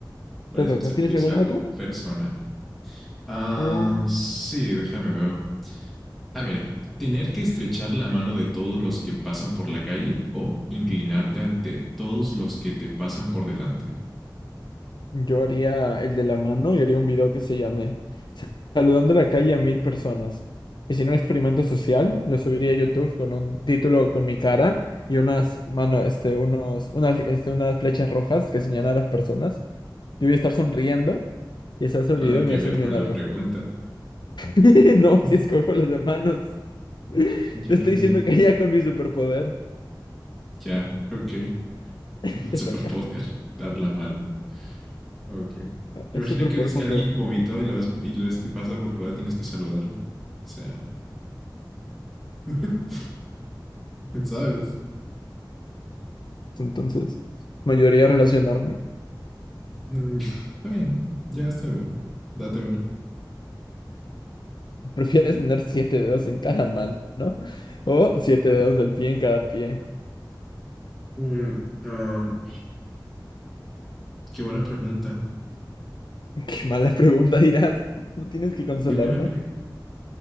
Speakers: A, in the centre; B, on the left.
A: por
B: Te
A: eso
B: toca.
A: el cepillo
B: ¿Tienes
A: es
B: alguna
A: algo
B: otra?
A: personal. Ah,
B: Oh,
A: sí, déjame ver. Ah, mira. Tener que estrechar la mano de todos los que pasan por la calle o inclinarte ante todos los que te pasan por delante.
B: yo haría el de la mano y haría un video que se llame Saludando en la calle a mil personas. Hicieron un experimento social, lo subiría a YouTube con un título con mi cara y unas mano, este, unos, unas, este, unas flechas rojas que señalan a las personas. Yo voy a estar sonriendo y se va a hacer
A: Nada
B: el video y
A: que
B: me voy a
A: ver
B: hacer millonario.
A: con la pregunta.
B: <laughs> No,
A: <laughs>
B: si escojo las de manos. Te
A: Ya,
B: estoy
A: ya.
B: diciendo que ya con mi superpoder
A: Ya, ok.
B: <laughs>
A: <laughs>
B: te
A: Superpoder,
B: toca.
A: dar la mano. Ok. Imagina
B: Es superpoder
A: que ves
B: cuando
A: que alguien vomitó y lo ves, y lo ves que pasa por tu lado y tienes que saludarlo. O sea, <laughs> ¿sabes?
B: entonces mayoría relacionarme.
A: Mm, Bueno, ya está bien. Date una.
B: Prefieres tener siete dedos en cada mano, ¿no? O siete dedos del pie en cada pie.
A: Mm, um, qué buena pregunta.
B: <laughs> Qué mala pregunta dirás. ¿No tienes que consolarme?
A: Qué buena pregunta.